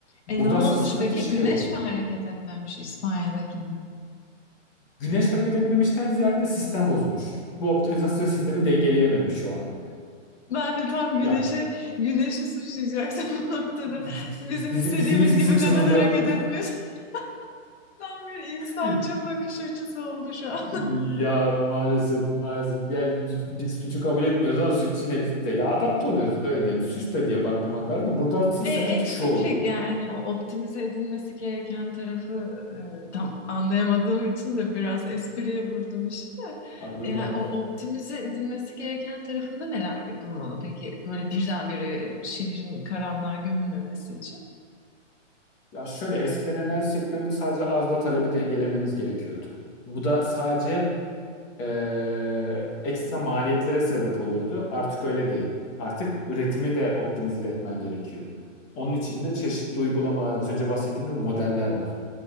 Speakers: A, on the left; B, on the left.
A: E
B: Burada
A: ne olmuş
B: asıl sıkıntı
A: peki?
B: şey
A: Güneş
B: oldu.
A: mi hareket etmemiş İspanya'dakinde?
B: Güneş hareket etmemişten ziyade sistem bozulmuş. Bu optimizasyon sistemi dengeleyememiş şu an.
A: Ben de tam
B: Ya
A: güneşi, güneşi suçlayacaktım <laughs> bu noktada.
B: bizim,
A: Bizim istediğimiz
B: bizim hiç
A: gibi
B: suçumuz
A: neden hareket
B: yok diye.
A: etmiyorsun? <laughs> Tam bir insancıl
B: <laughs>
A: bakış açısı oldu şu an.
B: Ya maalesef maalesef. Ya biz suçu kabul etmiyoruz ama suç yine bizde. Ya adapte oluyoruz öyle diyelim. Suç da diye bakmamak lazım. da Burada aslında
A: E,
B: sıkıntı
A: eksiklik
B: şu oldu.
A: yani hani o optimize edilmesi gereken tarafı e, tam anlayamadığım için de biraz espriye vurdum işi de.
B: Anladım
A: E, Yani
B: mı?
A: o optimize edilmesi gereken tarafında neler yapılmalı peki böyle birdenbire şehrin karanlığa gömülmemesi için?
B: Ya şöyle eskiden enerji sektöründe sadece arzla talebi dengelemeniz gerekiyordu. Bu da sadece e, ekstra maliyetlere sebep oluyordu. Artık öyle değil. Artık üretimi de optimize etmen gerekiyor. Onun için de çeşitli uygulamalar, az önce bahsettiğim gibi modeller var.